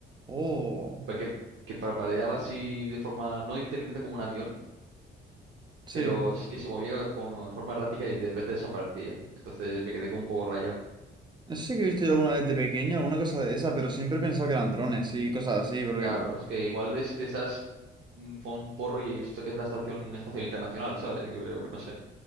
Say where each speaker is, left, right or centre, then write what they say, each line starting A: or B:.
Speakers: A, on the right; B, on the right.
A: Oh,
B: Para que, que parpadeaba así de forma no intermitente como un avión,
A: sí.
B: pero sí que se movía como de como de forma errática y de repente desaparecía. Entonces me quedé como un poco rayado.
A: No sé si he visto yo alguna vez de pequeño alguna cosa de esa, pero siempre he pensado que eran drones y cosas así, porque
B: Claro, es que igual es de esas mm, fue un porro y esto que es la Estación Espacial Internacional, ¿sabes? Que, No sé.